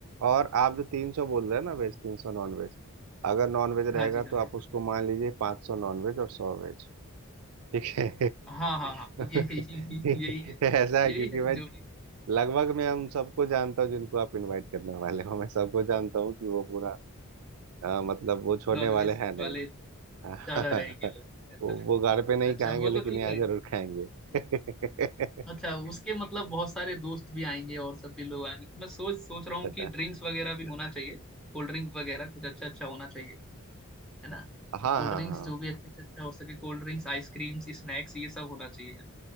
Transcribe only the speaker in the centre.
हाँ जी
हाँ
ये सब
हाँ हाँ हाँ
ये यही यही है
यही
है
जो भी
नॉनवेज
वाले
ज्यादा
रहेंगे लोग ऐसा
लगता
है। अच्छा
वो
तो ठीक
रहेगा
हम्म।
अच्छा उसके मतलब बहुत सारे दोस्त भी आएंगे और सब भी लोग आएंगे तो मैं सोच सोच रहा हूँ
कि ड्रिंक्स वगैरह भी होना चाहिए कोल्ड ड्रिंक वगैरह कुछ अच्छा अच्छा होना चाहिए है ना
तो कोल्ड
ड्रिंक्स
जो भी अच्छे से अच्छा हो सके कोल्ड ड्रिंक्स आइसक्रीम्स स्नैक्स ये सब होना चाहिए